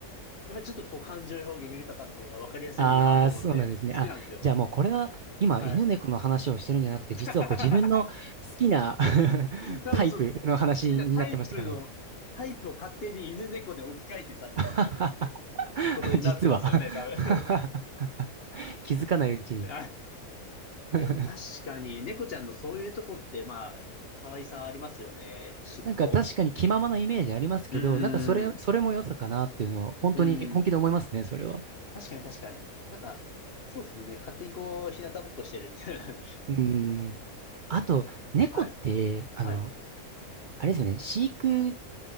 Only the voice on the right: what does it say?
ああ、そうなんですね。
あ、じゃあもうこれは今犬猫の話をしてるんじゃなくて、
実はこう自分の好きな <laughs>
タイプの話になってましたかね。
<laughs>
実は
<laughs> 気づかないうちに
<laughs>
なんか確かに気ままなイメージありますけど、
なんかそれ、それも良さかなっていうのは本当に本気で思いますね、
それは。
うーん。あと、
猫って、
あの、
あれですよね、飼育